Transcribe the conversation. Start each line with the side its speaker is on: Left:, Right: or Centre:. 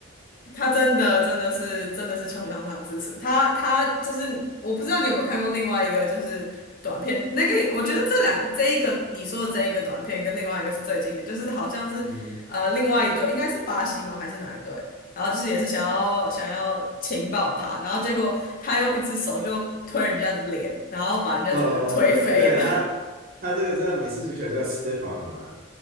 Left: 他真的真的是真的是球场上之神，他他就是我不知道你有没有看过另外一个就是短片，那个我觉得这两这一个你说的这一个短片跟另外一个是最经典，就是好像是呃另外一对，
Right: <laughs> 嗯，
Left: 应该是巴西吗还是哪一对？然后就是也是想要想要情报他，然后结果他用一只手就推人家的脸，然后把人家整个人推飞了。
Right: 呃，对，对，他他这个叫美式足球叫 stiff arm 嘛，